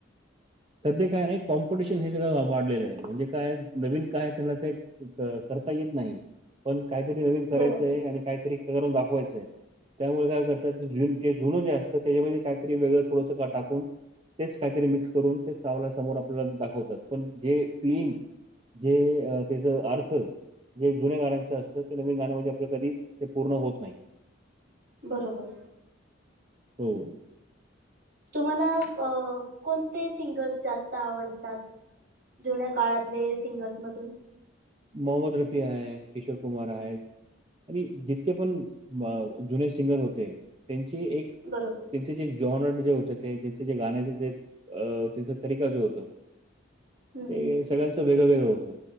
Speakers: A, on the right; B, on the right.
A: सध्या काय नाही कॉम्पूटिशन हे सगळं अ वाढलेलं आहे. म्हणजे काय, नवीन काय, त्यांना ते क करता येत नाही, पण काहीतरी नवीन करायचंय,
B: बरोबर
A: आणि काहीतरी करून दाखवायचंय त्यामुळे काय करताते जुन् जुनं जे असतं, त्याच्यामध्ये काहीतरी वेगळं थोडंसं का टाकून तेच काहीतरी मिक्स करून ते पावला समोर आपल्याला दाखवतात. पण जे फिईंग जे अ त्याच अर्थ जे जुन्या गाण्यांचं असतं, ते नविन गाण्यामध्ये आपलं कधीच, ते पूर्ण होत नाही.
B: बरोबर.
A: हम्म.
B: तुम्हाला अ कोणते सिंगर्स जास्त आवडतात? जुन्या काळातले सिंगर्स मधून
A: मोहम्मद रफि आहे.. किशोर कुमार आहे. आणि जितके पण अ जुनेर सिंगर होते त्यांची एक
B: बरोबर.
A: त्यांचे जे जॉनट जे होते ते, त्यांच जे गाण्याचे जे अ त्यांचा तरीका जो होतं
B: हम्म
A: ते
B: हम्म
A: सगळ्यांचं वेगळं वेगळं होतं.